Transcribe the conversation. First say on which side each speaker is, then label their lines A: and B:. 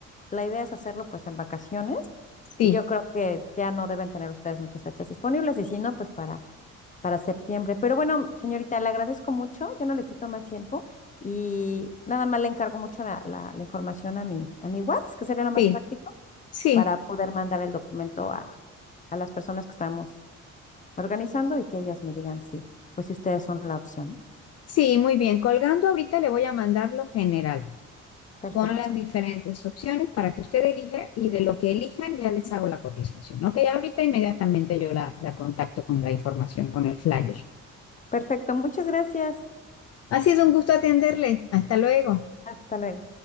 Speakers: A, on the left (about 25°); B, on the left (about 55°).
A: la idea es hacerlo pues en vacaciones
B: Sí,
A: y yo creo que ya no deben tener ustedes muchas fechas disponibles y si no, pues para, para septiembre. Pero bueno, señorita, le agradezco mucho, ya no le quito más tiempo y nada más le encargo mucho la, la, la información a mi, a mi WhatsApp, que sería lo más
B: sí,
A: práctico,
B: sí,
A: para poder mandar el documento a, a las personas que estamos organizando y que ellas me digan si, pues si ustedes son la opción.
B: sí, muy bien. Colgando ahorita le voy a mandar lo general
A: Perfecto,
B: con las diferentes opciones para que usted elija y de lo que elijan ya les hago la cotización. Ok, ahorita inmediatamente yo la, la contacto con la información, con el flyer.
A: perfecto, muchas gracias.
B: Ha sido un gusto atenderle. Hasta luego.
A: Hasta luego.